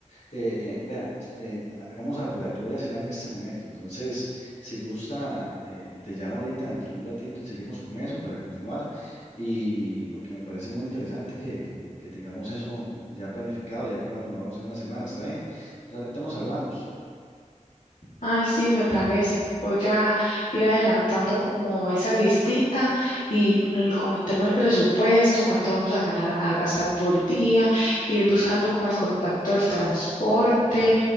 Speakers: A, on the left; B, on the left.
A: eh, vean, eh, hagamos algo, vea, Yo voy a cenar en este momento, entonces, si gusta, eh, te llamo ahorita dentro de un ratito y seguimos con eso para continuar. Y porque me parece muy interesante que, que, que tengamos eso ya planificado, ya que va- nos vamos en una semana, ¿está bien? Entonces, ahorita nos hablamos.
B: Ay, sí, me parece. Voy a ir adelantando como esa listita y el- con el tema del presupuesto, cuánto vamos a ganar, a gastar por día, ir buscando como el contacto del transporte